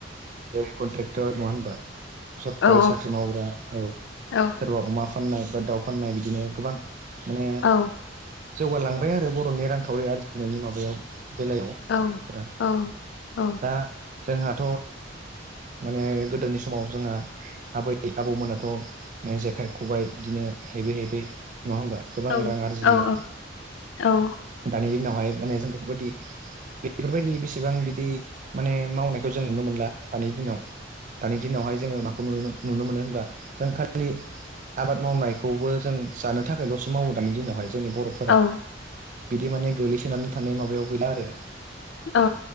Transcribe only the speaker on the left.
औ
औ
औ
औ
औ औ
औ
औ औ औ
औ
औ